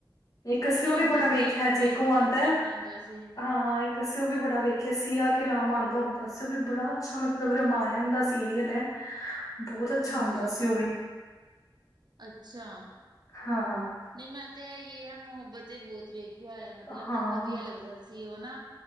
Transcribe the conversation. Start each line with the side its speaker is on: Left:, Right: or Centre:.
Left: ਇੱਕ
Right: ਛੱਤਰੀ
Left: ਅਸੀਂ ਉਹ
Right: ਹੁੰਦੀ
Left: ਵੀ ਬੜਾ ਵੇਖਿਆ
Right: ਸੀ ਉਹਨੂੰ
Left: ਜੇ
Right: ਭਾਈ
Left: ਇੱਕ ਉਹ
Right: ਠੀਕ
Left: ਆਉਂਦਾ
Right: ਕਰਾਉਣ ਆਉਂਦਾ ਸੀ।
Left: ਹਾਂ ਇੱਕ ਅਸੀਂ ਉਹ ਵੀ ਬੜਾ ਵੇਖਿਆ ਸੀ, ਆ ਕੇ ਰਾਮ ਆਉਂਦਾ ਹੁੰਦਾ ਸੀ, ਉਹ ਵੀ ਬੜਾ ਅੱਛਾ ਮਤਲਬ ਰਾਮਾਇਣ ਦਾ ਸੀਰੀਅਲ ਹੈ। ਬੋਤ ਅੱਛਾ
Right: ਹਮ
Left: ਆਉਂਦਾ
Right: ਹਮ
Left: ਸੀ ਉਹ ਵੀ,
Right: ਅੱਛਾ
Left: ਹਾਂ।
Right: ਨਹੀਂ ਮੈਂ ਤੇ, ਇ ਹੈ ਮੁਹੱਬਤ ਤੇ ਬਹੁਤ ਵੇਖਿਆ ਹੋਇਆ ਮਤਲਬ
Left: ਹਾਂ
Right: ਮੈਨੂੰ ਵਧੀਆ ਲੱਗਦਾ ਸੀ। ਸੀ ਉਹ ਨਾ